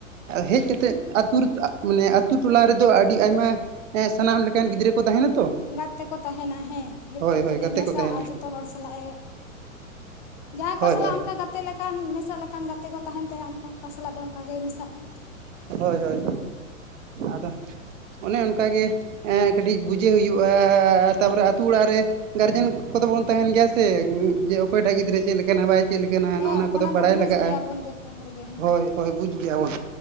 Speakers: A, on the right; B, on the left.
A: ᱦᱮᱡ ᱠᱟᱛᱮᱫ ᱟᱹᱛᱩ ᱨᱮ ᱢᱟᱱᱮ ᱟᱛᱳ ᱴᱚᱞᱟ ᱨᱮᱫᱚ ᱟᱹᱰᱤ ᱟᱭᱢᱟ ᱮ ᱥᱟᱱᱟᱢ ᱞᱮᱠᱟᱱ ᱜᱤᱫᱽᱨᱟᱹ ᱠᱚ ᱛᱟᱦᱮᱱᱟ ᱛᱚ
B: ᱜᱟᱛᱮᱠᱚ ᱛᱟᱦᱮᱱᱟ ᱦᱮᱸ, ᱦᱮᱡ
A: ᱦᱳᱭ
B: ᱠᱟᱛᱮᱫ-ᱮ
A: ᱦᱳᱭ ᱜᱟᱛᱮ
B: ᱢᱮᱥᱟ-ᱟ
A: ᱠᱚ ᱛᱟᱦᱮᱱᱟ
B: ᱡᱷᱚᱛᱚ ᱦᱚᱲ ᱥᱟᱞᱟᱜ-ᱮ ᱡᱟᱦᱟᱸᱭ
A: ᱦᱳᱭ
B: ᱠᱚ ᱥᱟᱞᱟᱜ
A: ᱦᱳᱭ
B: ᱚᱱᱠᱟ ᱜᱟᱛ ᱜᱟᱛᱮ ᱞᱮᱠᱟᱱ ᱢᱮᱥᱟᱜ ᱞᱮᱠᱟᱱ ᱜᱟᱛᱮ ᱠᱚ ᱛᱟᱦᱮᱱ ᱛᱟᱭᱟ ᱩᱱᱠᱟᱱ ᱠᱚ ᱥᱟᱞᱟᱜ ᱫᱚ ᱚᱱᱠᱟᱜᱮ ᱢᱮᱥᱟᱜᱼᱟᱭ ᱾
A: ᱦᱳᱭ ᱦᱳᱭ ᱟᱫᱚ ᱚᱱᱮ ᱚᱱᱠᱟᱜᱮ ᱮᱸ ᱠᱟᱹᱴᱤᱡᱽ ᱵᱩᱡᱷᱟᱹᱣ ᱦᱩᱭᱩᱜᱼᱟ ᱛᱟᱨᱯᱚᱨᱮ ᱟᱹᱛᱩ ᱚᱲᱟᱜ ᱨᱮ ᱜᱟᱨᱡᱮᱱ ᱠᱚᱫᱚ ᱵᱚᱱ ᱛᱟᱦᱮᱱ ᱜᱮᱭᱟ ᱥᱮ ᱡᱮ ᱚᱠᱚᱭᱴᱟᱜ ᱜᱤᱫᱽᱨᱟᱹ ᱪᱮᱫ ᱞᱮᱠᱟᱱᱟᱭ ᱵᱟᱭ ᱪᱮᱫ ᱞᱮᱠᱟᱱᱟ
B: ᱦᱮᱸ
A: ᱚᱱᱟ ᱠᱚᱫᱚ ᱵᱟᱲᱟᱭ
B: ᱫᱚ ᱵᱩᱡᱽ
A: ᱞᱟᱜᱟᱜᱼᱟ,
B: ᱜᱮᱭᱟᱵᱚᱱ ᱡᱚᱛᱚ ᱦᱚᱲᱜᱮ ᱦᱮᱸ
A: ᱦᱳᱭ ᱦᱳᱭ ᱵᱩᱡ ᱜᱮᱭᱟ ᱵᱚᱱ